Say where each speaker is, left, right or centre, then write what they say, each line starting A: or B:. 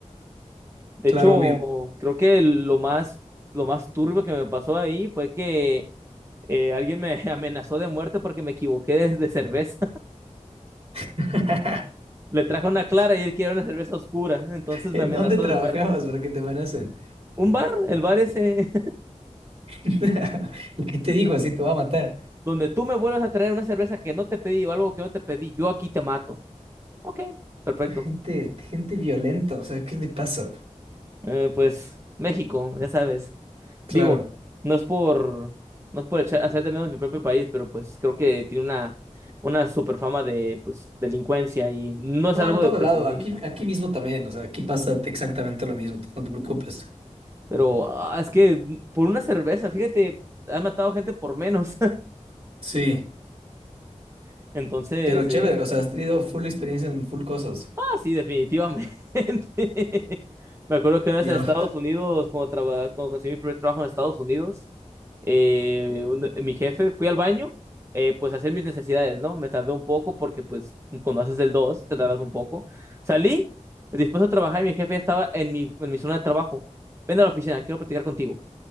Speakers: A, on the right; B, on the right.
A: De
B: Claro,
A: hecho,
B: obvio.
A: creo que lo más lo más turbio que me pasó ahí fue que eh, alguien me <laughs> amenazó de muerte porque me equivoqué de, de cerveza.
B: <laughs>
A: <laughs> Le traje una clara y él quería una cerveza oscura, entonces
B: ¿En
A: me amenazó
B: dónde trabajabas
A: de muerte.
B: para que te amenacen?
A: Un bar, el bar ese
B: <laughs> ¿Qué te digo? Así te va a matar.
A: donde tú me vuelvas a traer una cerveza que no te pedí o algo que no te pedí, yo aquí te mato. Ok, perfecto.
B: Gente, gente violenta, o sea, ¿qué le pasa?
A: Eh, pues México, ya sabes.
B: Claro.
A: Digo, no es por, no es por echar- hacer de menos mi propio país, pero pues creo que tiene una, una super fama de pues, delincuencia y no
B: No,
A: es algo
B: en todo
A: de presumir.
B: lado, aquí, aquí mismo también, o sea, aquí pasa exactamente lo mismo, no te preocupes.
A: Pero ah, es que por una cerveza, fíjate, han matado gente por menos.
B: Sí,
A: <laughs> Entonces,
B: pero chévere,
A: eh,
B: o sea, has tenido full experiencia en full cosas.
A: Ah, sí, definitivamente. <laughs> Me acuerdo que una
B: Ya.
A: vez en Estados Unidos, cuando, traba- cuando conseguí mi primer trabajo en Estados Unidos, eh, un- eh, mi jefe, fui al baño, eh, pues a hacer mis necesidades, ¿no? Me tardé un poco porque pues cuando haces el 2 te tardas un poco. Salí, dispuesto a trabajar y mi jefe ya estaba en mi, en mi zona de trabajo. Ven a la oficina, quiero platicar contigo.